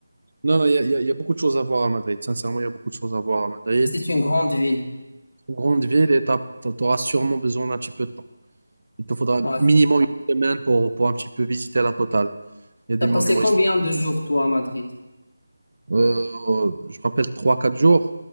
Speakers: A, on the right; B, on the left.
A: Non, non, il y a, il y a- il y a beaucoup de choses à voir à Madrid. Sincèrement, il y a beaucoup de choses à voir à Madrid.
B: C'est une grande ville.
A: Une grande ville et tu auras sûrement besoin d'un petit peu de temps. Il te faudra
B: Ouais.
A: minimum une semaine pour, pour un petit peu visiter la totale. Il y a des
B: T'as
A: monuments
B: passé combien de jours, toi, à Madrid?
A: Euh, je rappelle trois quatre jours.